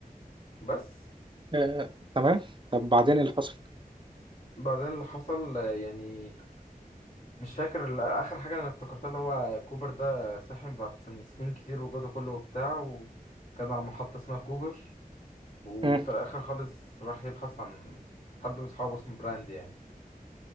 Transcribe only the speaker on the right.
آه، تمام طب بعدين ايه اللي حصل
مم.